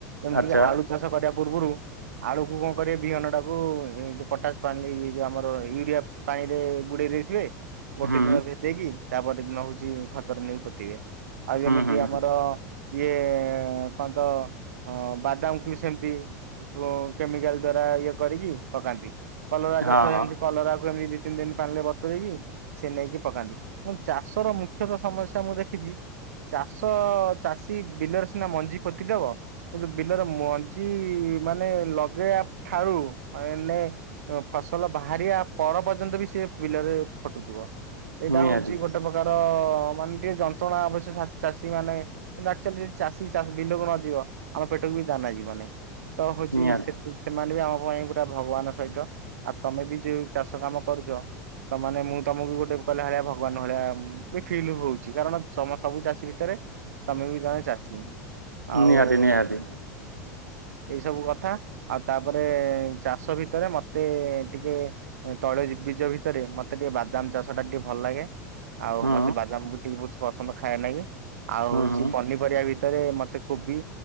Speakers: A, on the right (about 65°); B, on the right (about 80°).
A: ଏମିତିକି
B: ଆଚ୍ଛା
A: ଆଳୁ ଚାଷ କରିବା ପୂର୍ବରୁ ଆଳୁକୁ କଣ କରିବେ ବିହନ ଟାକୁ ଏ ଯୋଉ ପଟାସ ପାଣିରେ ୟୁ ଆମର ୟୁରିଆ ପାଣି ରେ ବୁଡେଇ ଦେଇଥିବେ ଗୋଟେ
B: ହୁଁ
A: ଦିନ ଭେଦେଇକି ତାପରଦିନ ହଉଛି ଖତରେ ନେଇକି ପୋତିିବେ। ଆଉ ଯେମିତି
B: ହୁଁ ହୁଁ
A: ଆମର
B: ହୁଁ
A: ଇଏ କହନ୍ତ ଅ ବାଦାମ କୁ ସେମିତି ଉ କେମିକାଲ ଦ୍ଵାରା ଇଏ କରିକି ପକାନ୍ତି। କଲରା ଚାଷ
B: ହଁ ହଁ
A: ଏମିତି କଲରାକୁ ଏମିତି ଦି ତିନି ଦିନ ପାଣିିରେ ବତୁରେଇକି ସେ ନେଇକି ପକାନ୍ତି। ମୁଁ ଚାଷର ମୁଖ୍ୟତଃ ସମସ୍ୟା ମୁଁ ଦେଖିଛି। ଚାଷ ଚାଷୀ ବିଲରେ ସିନା ମଞ୍ଜି ପୋତିଦବ କିନ୍ତୁ ବିଲରେ ମଞ୍ଜି ମାନେ ଲଗେଇବା ଠାରୁ ମାନେ ଫସଲ ବାହାରିବା ପର ପର୍ଯ୍ୟନ୍ତ ବି ସେ ବିଲରେ ଖଟୁଥିବ ଏଇଟା
B: ନିହାତି
A: ହଉଛି ଗୋଟେ ପ୍ରକାର ଅ ମାନେ ଟିକେ ଯନ୍ତ୍ରଣା ଅବଶ୍ୟ ଚା ଚାଷୀ ମାନେ ଆକଚୁଆଲି ଯଦି ଚାଷୀ ଚାଷ ବିଲକୁ ନ ଯିବ ଆମ ପେଟକୁ ଦାନା ଜୀବନି ତ ହଉଛି
B: ନିହାତି
A: ସେତୁ ସେମାନେ ବି ଆମ ପାଇଁ ପୁରା ଭଗବାନ ସହିତ ଆଉ ତମେ ବି ଯୋଉ ଚାଷ କାମ କରୁଛ ତ ମାନେ ମୁଁ ତମକୁ ଗୋଟେ ଭଳିଆ ଭଗବାନ ଭଳିଆ ବି ଫିଲ୍ ହଉଛି କାରଣ ତମ ସବୁ ଚାଷୀ ଭିତରେ ତମେ ବି ଜଣେ ଚାଷୀ। ଆଉ
B: ନିଆତି ନିହାତି।
A: <inaudible> ଏଇ ସବୁ କଥା ଆଉ ତାପରେ ଚାଷ ଭିତରେ ମତେ ଟିକେ ତଳେ ଯି- ବୀଜ ଭିତରେ ମତେ ଟିକେ ବାଦାମ ଚାଷ ଜିନିଷ ଟା ଟିକେ ଭଲ ଲାଗେ ଆଉ
B: ହୁଁ
A: ମତେ ବାଦାମ ବି ଟିକେ ବ ପସନ୍ଦ ଖାଏବା ଲାଗି। ଆଉ
B: ହୁଁ
A: ହଉଛି
B: ହୁଁ
A: ପନିପରିବା ଭି ତରେ ମତେ କୋବି